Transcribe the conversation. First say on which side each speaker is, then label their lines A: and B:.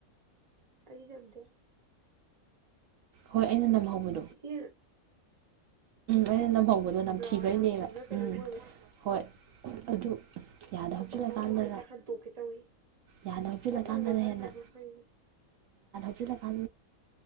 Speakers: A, on the right (about 35°); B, on the right (about 70°).
A: ꯑꯏ ꯌꯥꯝꯗꯦ
B: ꯍꯣꯏ ꯑꯩꯅ ꯅ ꯍ ꯎꯝ
A: ꯏꯆꯦ
B: ꯑꯩꯅ ꯅꯝ ꯍꯧꯕꯗꯣ ꯅꯝꯊꯤꯕꯩꯅꯦꯕ
A: ꯕ꯭ꯔꯥꯎꯟ ꯃꯆꯨꯔ ꯀꯩꯅꯣꯝ
B: ꯎꯝ ꯍꯣꯏ ꯑꯗꯨ ꯌꯥꯗ ꯍꯥꯞꯆꯤꯜꯂꯀꯥꯟꯗꯅ
A: ꯑꯗꯨ ꯑꯩꯗꯤ ꯍꯦꯛꯇ ꯍꯟꯗꯣꯛꯀꯦ ꯇꯧꯋꯤ
B: ꯌꯥꯗ ꯍꯥꯞꯆꯤꯜꯂꯀꯥꯟꯗꯅ
A: ꯒꯨꯠ ꯂꯥꯡꯗꯣ ꯁꯪ
B: ꯍꯦꯟꯅ
A: ꯌꯥꯝꯅ ꯐꯩ
B: <inaudible>